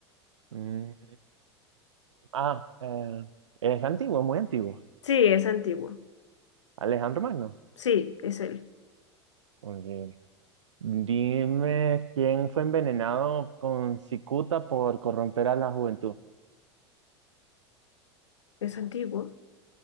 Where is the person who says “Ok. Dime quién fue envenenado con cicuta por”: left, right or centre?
Right